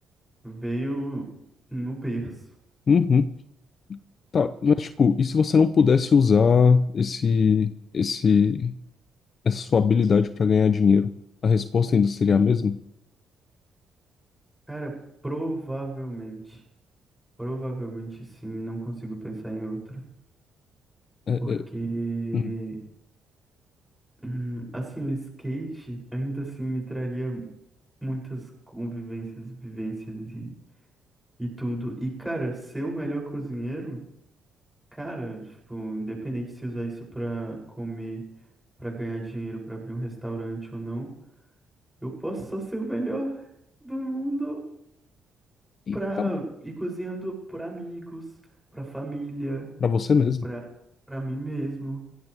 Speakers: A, in the centre; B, on the left.
A: veio no berço.
B: Uhum. Tá, mas tipo, e se você não pudesse usar esse, esse, essa sua habilidade para ganhar dinheiro? A resposta ainda seria a mesma?
A: Cara, provavelmente, provavelmente sim, não consigo pensar em outra,
B: É,
A: porque
B: é, hum.
A: hum, assim, o skate ainda assim me traria muitas convivências, vivências e, e tudo. E cara, ser o melhor cozinheiro Cara, tipo, independente se usar isso pra comer, pra ganhar dinheiro, pra abrir um restaurante ou não, eu posso só ser o melhor do mundo
B: E
A: pra
B: acabou.
A: ir cozinhando pra amigos, pra família,
B: Para você mesmo.
A: pra, pra mim mesmo.